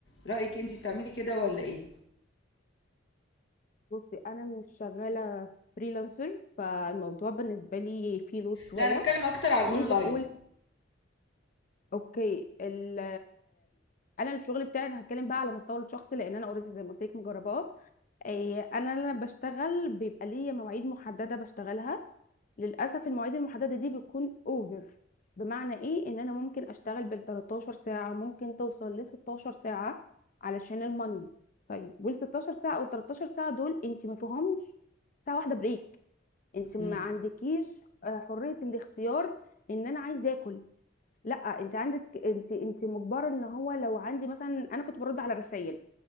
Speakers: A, on the left; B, on the left.
A: رايك انت بتعملي كده ولا ايه
B: بصي انا مش شغاله فريلانسر فالموضوع بالنسبه لي فيه لود شويه
A: لا انا بتكلم اكتر على
B: ليه
A: الاونلاين
B: بقول اوكي ال انا الشغل بتاعي انا هتكلم بقى على مستوى الشخصي لان انا اوريدي زي ما قلت لك مجرباه إيه، انا لما بشتغل بيبقى ليا مواعيد محدده بشتغلها للاسف المواعيد المحدده دي بتكون اوفر بمعنى ايه ان انا ممكن اشتغل بال 13 ساعه ممكن توصل ل 16 ساعه علشان الماني طيب وال 16 ساعه او 13 ساعه دول انت ما فيهمش ساعه واحده بريك انت
A: مم.
B: ما عندكيش آه، حرية الاختيار ان انا عايزه اكل لا انت عندك انت انت مجبرة ان هو لو عندي مثلا انا كنت برد على الرسائل